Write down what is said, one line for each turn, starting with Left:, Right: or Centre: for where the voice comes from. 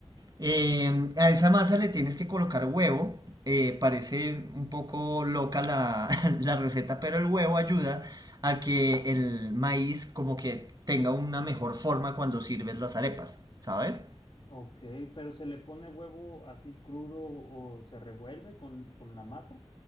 Right: Eh, a esa masa le tienes que colocar huevo. Eh, parece un poco loca la, <laughs> la receta, pero el huevo ayuda a que el maíz como que tenga una mejor forma cuando sirves las arepas, ¿sabes?
Left: ok, pero ¿se le pone huevo así crudo o se revuelve con, con la masa?